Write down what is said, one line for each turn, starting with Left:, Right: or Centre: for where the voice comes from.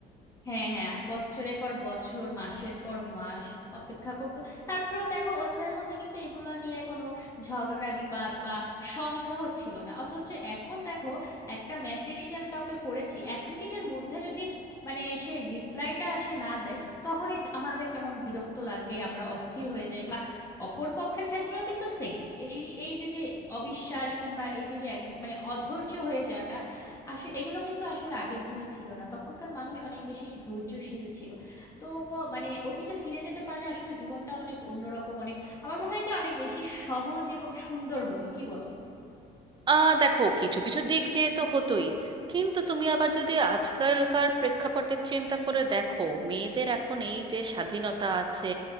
Left: হ্যাঁ হ্যাঁ বছরের পর বছর মাসের পর মাস অপেক্ষা করতো তারপরেও দেখো ওদের মধ্যে কিন্তু এগুলো নিয়ে কোনো ঝগড়া বিবাদ বা সন্দেহ ছিল না অথচ এখন দেখো একটা মেসেজ আমি কাউকে করেছি এক মিনিটের মধ্যে যদি মানে সেই রিপ্লাইটা আসে না দেয় তখনই আমাদের কেমন বিরক্ত লাগে আমরা অস্থির হয়ে যাই বা অপর পক্ষের ক্ষেত্রেও কিন্তু সেই এই এই যে যে অবিশ্বাস কিংবা এই যে যে এক- মানে অধৈর্য হয়ে যাওয়াটা আসলে এগুলো কিন্তু আসলে আগের দিনে ছিল না তখনকার মানুষ অনেক বেশি ধৈর্যশীল ছিল তো মানে অতীতে ফিরে যেতে পারলে আসলে জীবনটা অনেক অন্যরকম অনেক আমার মনে হয় যে অনেক বেশি সহজ এবং সুন্দর হতো কি বলো
Right: আহ দেখো কিছু কিছু দিক দিয়ে তো হতোই কিন্তু তুমি আবার যদি আজকালকার প্রেক্ষাপটের চিন্তা করে দেখো মেয়েদের এখন এই যে স্বাধীনতা আছে